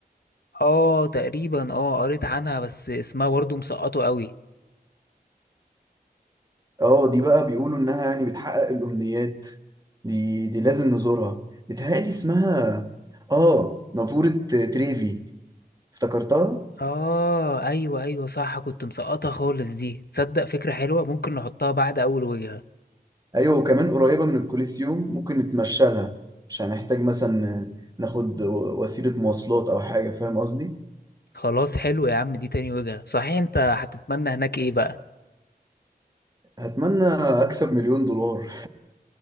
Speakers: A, on the left; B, on the right.
A: اه تقريبا اه قريت عنها بس اسمها برضه مسقطه قوي
B: آه دي بقى بيقولوا إنها يعني بتحقق الأمنيات دي دي لازم نزورها بتهيألي اسمها آه نافورة تريفي افتكرتها؟
A: اه ايوه ايوه صح كنت مسقطه خالص دي تصدق فكرة حلوة ممكن نحطها بعد اول وجهة
B: أيوة وكمان قريبة من الكوليسيوم ممكن نتمشى لها مش هنحتاج مثلا ناخد وسيلة مواصلات أو حاجة فاهم قصدي؟
A: خلاص حلو يا عم دي تاني وجهة صحيح انت هتتمنى هناك ايه بقى
B: هتمنى أكسب مليون دولار